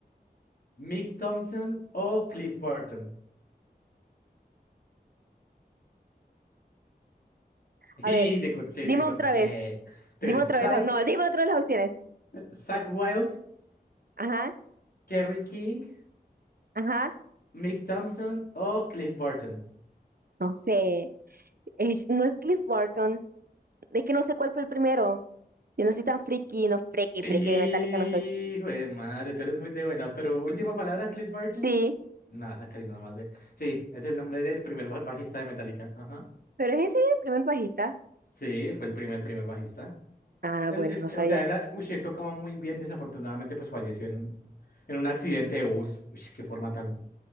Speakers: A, on the left (about 60°); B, on the right (about 60°).
A: Mick Thompson o Cliff Burton. <laughs> Y
B: A ver,
A: te corché,
B: dime
A: te corché.
B: otra vez,
A: Entonces,
B: dime otra
A: Zach,
B: vez, la- no, <laughs> dime otra vez las opciones.
A: Zach Wild,
B: Ajá,
A: Kerry King,
B: ajá,
A: Mick Thompson o Cliff Burton.
B: no sé. Es- no es Cliff Burton, es que no sé cuál fue el primero. Yo no soy tan friki, no friki, friki
A: Hijo
B: de Metallica no soy.
A: de madre, tú eres muy de buenas, pero última palabra, Cliff Burton.
B: Sí.
A: No, esa Karina nada más de. Sí, es el nombre del primer ba- bajista de Metallica. Ajá.
B: Pero ese es ese el primer bajista.
A: Sí, él fue el primer, primer bajista.
B: Ah,
A: Él,
B: bueno, no sabía.
A: eh, o sea, él, ah, uy, él tocaba muy bien, desafortunadamente, pues falleció en, en un accidente de bus. Uy, qué forma tan,